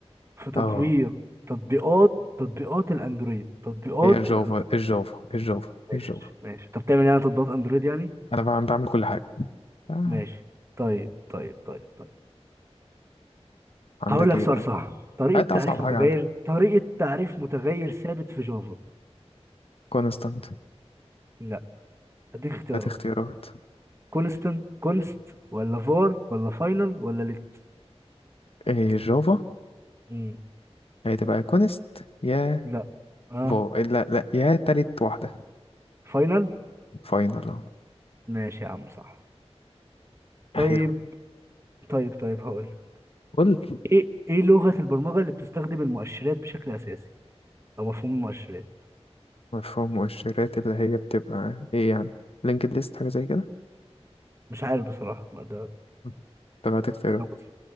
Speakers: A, on the right; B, on the left.
A: في تطوير
B: اه
A: تطبيقات تطبيقات الاندرويد تطبيقات
B: هي الجافا
A: الاندرويد
B: الجافا الجافا
A: ماشي
B: الجافا
A: ماشي طب تعمل يعني تطبيقات اندرويد يعني
B: انا بعمل بعمل كل حاجه آه.
A: ماشي طيب طيب طيب طيب
B: عندك
A: هقول لك
B: ايه
A: سؤال
B: بقى
A: صعب طريقة
B: هات اصعب
A: تعريف متغير
B: حاجه عندك
A: طريقة تعريف متغير ثابت في جافا
B: كونستانت
A: لا اديك اختيارات
B: هات اختيارات
A: كونستنت كونست ولا فور ولا فاينل ولا ليت
B: ايه الجافا
A: مم.
B: هتبقى كونست يا
A: لا اه
B: فو لا لا يا تالت واحده
A: فاينل
B: فاينل أهو.
A: ماشي يا عم صح طيب
B: حلو
A: طيب طيب هقول لك.
B: قول
A: ايه ايه لغة البرمجة اللي بتستخدم المؤشرات بشكل اساسي او مفهوم المؤشرات
B: مفهوم مؤشرات اللي هي بتبقى ايه يعني لينكد ليست حاجه زي كده
A: مش عارف بصراحة ما ده
B: مم. طب هات اختيارات
A: طب بص